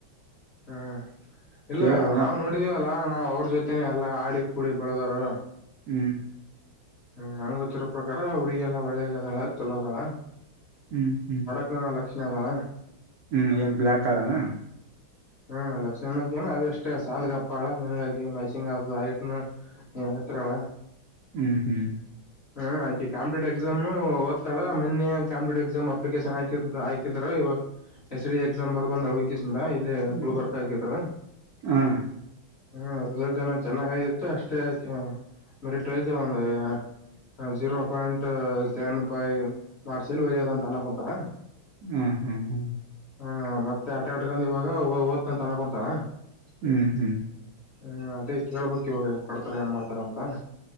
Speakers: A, on the left (about 35°); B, on the right (about 80°).
A: ಹ್ಮ್ ಇಲ್ಲ
B: ಕೇಳ್ ನೋಡಮ್
A: ನಾವು ನೋಡಿದೀವಲ್ಲಾ ನಾವ್ ಅವ್ರ ಜೊತೆನೆ ಎಲ್ಲಾ ಆಡಿ ಕೂಡಿ ಬೆಳದವರು.
B: ಹ್ಮ್
A: ಹ್ಮ ನನ್ಗೆ ಗೊತ್ತಿರೋ ಪ್ರಕಾರ ಹುಡುಗಿ ಎಲ್ಲ ಒಳ್ಳೆದದಾಳ ಚಲೋ ಅದಾಳ
B: ಹ್ಮ್ ಹ್ಮ್
A: ನಾ ಲಕ್ಷಣ ಅದಾಳ
B: ಹ್ಮ್ ಏನ್ ಬ್ಲಾಕ್ ಕಾಲರ್ನ
A: ಹ್ಮ್ ಲಕ್ಷ್ <unintelligible> ಏನ ಅದ ಎಷ್ಟೇ ಸಾದ್ಗಪ್ಪಳ ನಿನಗಕಿ ಮ್ಯಾಚಿಂಗ್ ಆದ <unintelligible> ಹ್ಮ ನೀನ್ ಎತ್ರ ಆಳಾ
B: ಹ್ಮ್ ಹ್ಮ್
A: ಹ್ಮ ಆಕಿ ಕಾಂಪಿಟಿವ್ ಎಕ್ಸಾಮ್ ಓತ್ತಾಳ ಮನ್ನೆ ಕಂಪಿಟೀವ್ ಎಕ್ಸಾಮ್ ಅಪ್ಲಿಕೇಶನ್ ಹಾಕ ಹಾಕಿದ್ರ ಇವಾಗ ಎಸ್ ಡಿ ಎಕ್ಸಾಮ್ ಬರ್ದ್ ಬಂದಳ <unintelligible> ನಿಂದ ಇಲ್ಲಿ
B: ಹ್ಮ್
A: ಗುಲ್ಬರ್ಗಾಕ್ ಹಾಕಿದ್ರು
B: ಹಾ
A: ಹ್ಮ ರಿಸಲ್ಟ್ ಏನ ಚೆನ್ನಾಗಾಗಿತ್ತು ಅಷ್ಟೇ ಅಕಿ merit <unintelligible> <unintelligible> zero point seven five marks ನಲ್ಲಿ ಹೋಗ್ಯದ ಅಂತ ಆನ್ಕುಂತಾರ
B: ಹ್ಮ್ ಹ್ಮ್ ಹ್ಮ್
A: ಹಾ ಮತ್ತೆ ಆಟ ಆಟಕೊಂಡ್ ಇವಾಗ ಓದ್ತನಂತ ಅನಕೊಂತಾರ
B: ಹ್ಮ್ ಹ್ಮ್
A: ಹ್ಮ್ ಅದೇ ಕೇಳ್ಬೇಕ್ ಇವಾಗ ಕೊಡ್ತಾರ ಏನ್ ಮಾಡ್ತಾರ ಅಂತ